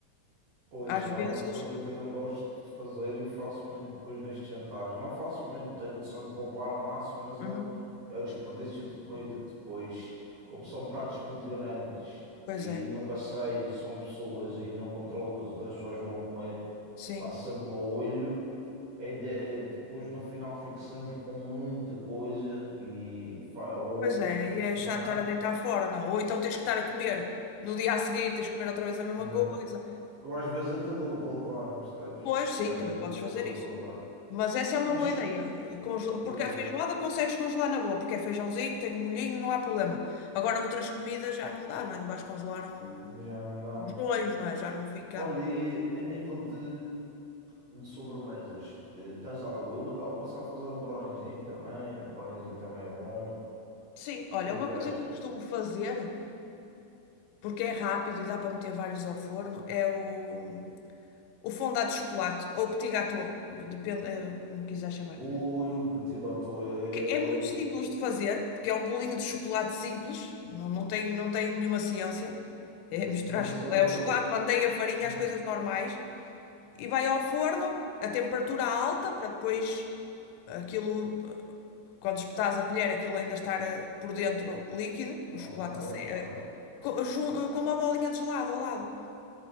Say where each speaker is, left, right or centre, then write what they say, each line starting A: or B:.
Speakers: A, on the right; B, on the left.
A: Pois,
B: Às
A: há
B: vezes,
A: uma coisa que eu não gosto de fazer e faço muito depois nestes jantares. Não faço muito, tento sempre poupar ao máximo, mas
B: uhum,
A: é, é o desperdício de comida. Depois, como são pratos muito grandes
B: pois
A: e
B: é,
A: nunca sei, são pessoas e não controlo o que as outras pessoas vão comer,
B: sim.
A: faço sempre ao olho. A ide- eh, depois, no final, fico sempre com muita coisa e fa- ou
B: Pois
A: opto
B: é,
A: por
B: e
A: cozinhar.
B: é chato estar a deitar fora, não? Ou então tens que estar a
A: Chato.
B: comer no dia a seguir, tens que comer outra vez a mesma
A: Exato.
B: coisa.
A: Eu às vezes até dou para levarem, percebes?
B: Pois, sim,
A: Eu às
B: também
A: vezes
B: podes
A: até
B: fazer
A: dou
B: isso.
A: para levar.
B: Mas essa é uma
A: Mas,
B: boa ideia. Congela- Porque
A: pois
B: a
A: é,
B: feijoada consegues congelar na boa, porque é feijãozinho, tem um molhinho, não há problema. Agora outras comidas já não dá, não é? Não vais congelar um...
A: já não dá.
B: uns dois, não é? Já não fica.
A: Olha, e a nível de, de sobremesas, eh, tens alguma? Estava a pensar em fazer um brownizinho também. Um Brownizinho também é bom. O
B: Sim, olha,
A: que é
B: uma
A: que
B: coisa
A: achas?
B: que eu costumo fazer, porque é rápido e dá para meter vários ao forno, é o, o fondant de chocolate ou petit gâteau, depende, eh, como quiser chamar.
A: Ui, um petit gâteau é,
B: Porque é muito simples de fazer, porque é um bolinho de chocolate simples, não, não tem, não tem nenhuma ciência. É misturar
A: é muito
B: chocolate,
A: saboroso.
B: é o chocolate, manteiga, farinha,
A: <laughs> Uhum.
B: as coisas normais, e vai ao forno a temperatura alta para depois aquilo, eh, quando espetares a colher, aquilo ainda estar eh, por dentro líquido, o
A: Ok,
B: chocolate a sair,
A: ok.
B: eh, co- jun- eh, com uma bolinha de gelado ao lado.